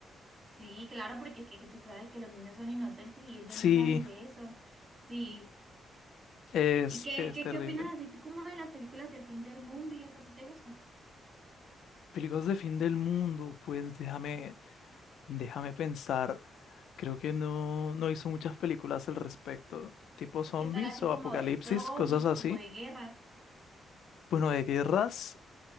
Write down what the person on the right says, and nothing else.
Sí, claro, porque es que, que tú sabes que los niños son inocentes y ellos
no saben de eso. Sí.
¿Y qué,
qué,
qué opinas así tú como de las películas del fin del mundo y eso sí te gusta?
¿Qué tal así
como
de zombies,
como de guerras?